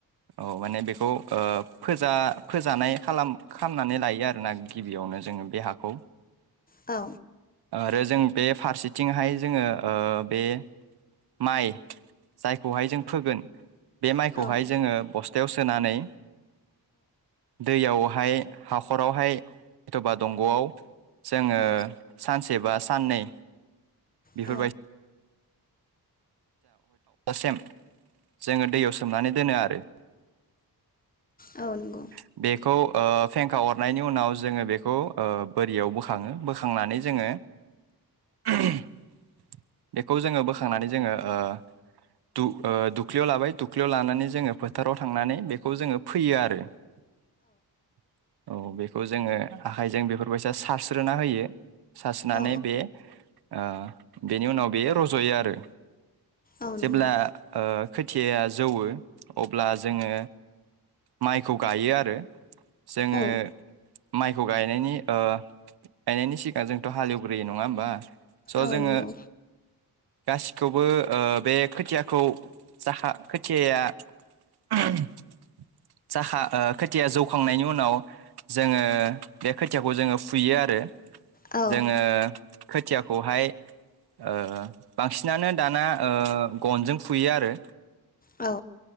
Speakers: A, on the right; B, on the left.
A: औ माने बेखौ ओ फोजा फोजानाय खालाम खामनानै लायो आरो ना गिबियावनो जों जोङो बे हाखौ
B: औ
A: आरो जों बे फारसेथिंहाय जोङो ओ बे माइ जायखौहाय जों फोगोन बे माइखौहाय
B: औ
A: जोङो बस्थायाव सोनानै दैयावहाय हाखरावहाय एथ'बा दंग'आव जोङो
B: औ
A: सानसे बा साननै बेफोरबाय
B: औ
A: <inaudible> जोङो दैयाव सोमनानै दोनो आरो
B: <inaudible> औ
A: <inaudible>
B: नंगौ
A: बेखौ ओ फेंखा अरनायनि उनाव जोङो बेखौ ओ बोरियाव बोखाङो बोखांनानै जोङो <unintelligible> बेखौ जोङो बोखांनानै जोङो ओ दु ओ दुुख्लियाव लाबाय दुख्लियाव लानानै जोङो फोथाराव थांनानै बेखौ जोङो फोयो आरो। औ बेखौ जोङो आखाइजों बेफोरबायसा सारस्रोना होयो। सासोनानै
B: औ
A: बे ओ बेनि उनाव बे रज'यो आरो।
B: औ
A: जेब्ला
B: नंगौ
A: ओ खोथियाया जौवो अब्ला जोङो माइखौ गायो आरो जोङो
B: औ
A: माइ खौ गायनायनि ओ गायनायनि सिगां जोंथ' हालेवग्रोयो नङा होमबा। स'
B: औ
A: जोङो
B: नंगौ
A: गासिखौबो ओ बे खोथियाखौ जाहा खोथियाया <unintelligible> जाखा ओ खोथिया जौखांनायनि उनाव जोङो बे खोथियाखौ जोङो फुयो आरो।
B: औ
A: जोङो खोथियाखौहाय ओ बांसिनानो दाना ओ गनजों फुयो आरो।
B: औ